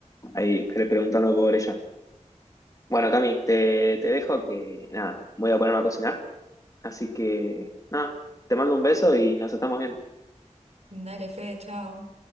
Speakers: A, on the left; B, on the right.
A: ahí pre- preguntando por ella. Bueno, Cami, te, te dejo que nada, voy a ponerme a cocinar. Así que nada, te mando un beso y nos estamos viendo.
B: Dale, Fede, chao.